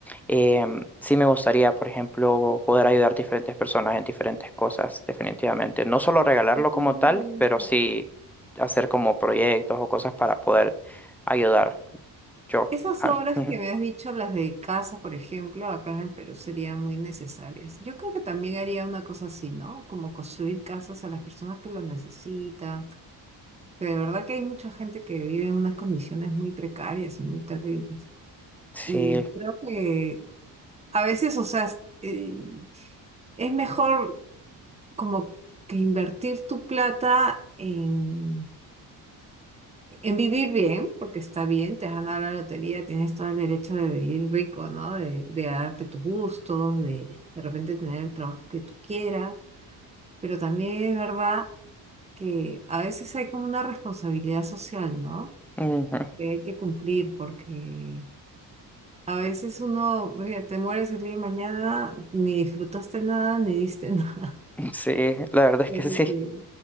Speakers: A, in the centre; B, on the right.
A: em, sí me gustaría, por ejemplo, poder ayudar a diferentes personas en diferentes cosas, definitivamente. No solo regalarlo
B: Depende
A: como
B: de
A: tal, pero
B: eso.
A: sí hacer como proyectos o cosas para poder ayudar yo.
B: Esas
A: Ah,
B: obras
A: ujú.
B: que me has dicho, las de casa, por ejemplo, acá en el Perú serían muy necesarias. Yo creo que también haría una cosa así, ¿no? Como construir casas a las personas que lo necesitan. Que de verdad que hay mucha gente que vive en unas condiciones muy precarias y muy terribles.
A: Sí,
B: Y creo que a veces, o sea, es eh, es mejor como que invertir tu plata en En vivir bien, porque está bien, te has ganado la lotería, tienes todo el derecho de vivir rico, ¿no? De, de darte tus gustos, de de repente tener el trabajo que tú quieras, pero también es verdad que a veces hay como una responsabilidad social, ¿no?
A: ujú. <laughs>
B: Que hay que cumplir porque a veces uno, oye, te mueres el día de mañana, ni disfrutaste nada, ni diste <laughs> nada.
A: Sí, la verdad es
B: Bueno,
A: que sí.
B: que-